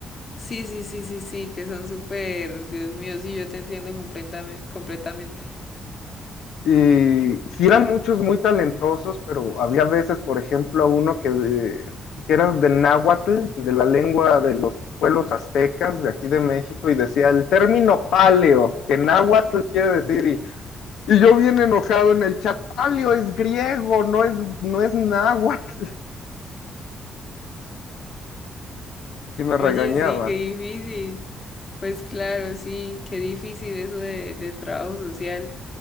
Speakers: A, on the left; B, on the left.
A: Sí, sí, sí, sí, sí, que son súper, Dios mío, sí, yo te entiendo completame- completamente.
B: Y sí eran muchos muy talentosos, pero había veces, por ejemplo, a uno que, de- que era de náhuatl, de la lengua de los pueblos aztecas de aquí de México, y decía el término paleo, que náhuatl quiere decir, y, y yo bien enojado en el chat, paleo es griego, no es, no es náhuatl. <laughs> Y sí me regañaban.
A: Oye, sí, qué difícil. Pues claro, sí, qué difícil eso de, del trabajo social.